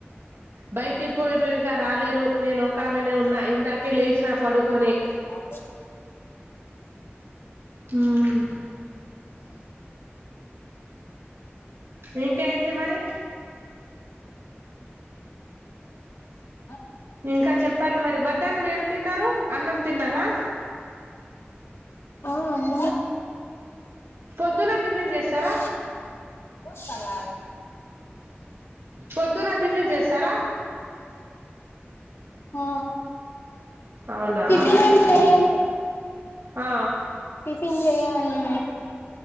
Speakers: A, on the right; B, on the left.
A: బయటికి పోయరు ఇంకా రాలేరు నేను మెనే ఉన్నా ఇందాకే లేచినా పడుకొని
B: అ
A: హ్మ్ ఇంకేంది మరి
B: హ
A: ఇంకా చెప్పాలి మరి మధ్యాహ్నం ఏం తిన్నారు అన్నం తిన్నారా
B: ఆ అ మ
A: పొద్దున టిఫిన్ చేస్తారా
B: మన సవా
A: పొద్దున్న టిఫిన్ చేస్తారా
B: హ
A: అవునా
B: ఇదిరము
A: ఆ
B: టిఫిన్ చేయమండి మేము